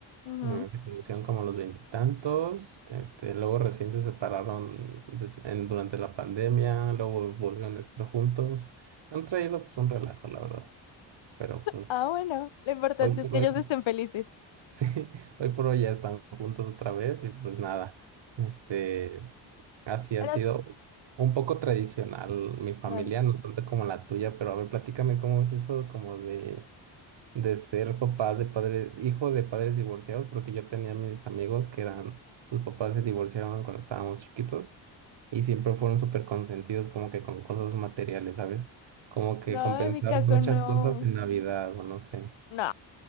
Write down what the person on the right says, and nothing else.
Eh, Se conocieron como a los veintitantos, este, luego recién se separaron des- en- durante la pandemia, luego volvieron a estar juntos. Han traído pues un relajo, la verdad, pero pues
hoy por
hoy,
<laughs> sí, hoy por hoy ya están juntos otra vez y pues nada, este, así ha
sido un poco tradicional mi familia,
no tanto como la tuya, pero a ver, platícame cómo es eso como de de ser papá de padre, hijo de padres divorciados, porque yo tenía mis amigos que eran, sus papás se divorciaron cuando estábamos chiquitos y siempre fueron súper consentidos como que con cosas materiales, ¿sabes? Como que
compensaban
muchas
cosas en Navidad o no sé.